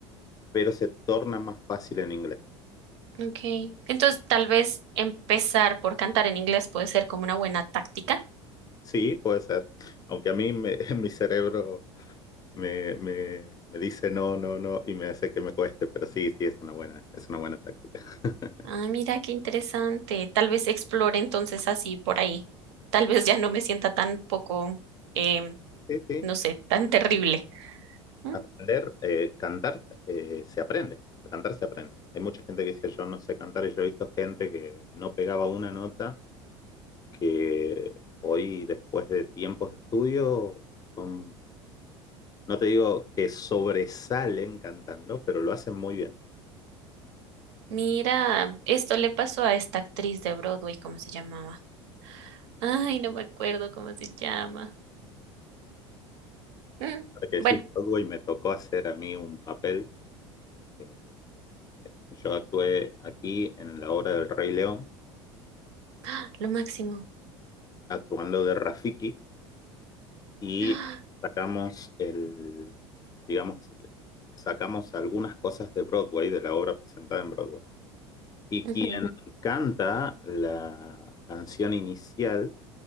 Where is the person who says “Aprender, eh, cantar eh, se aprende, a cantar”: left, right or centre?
Left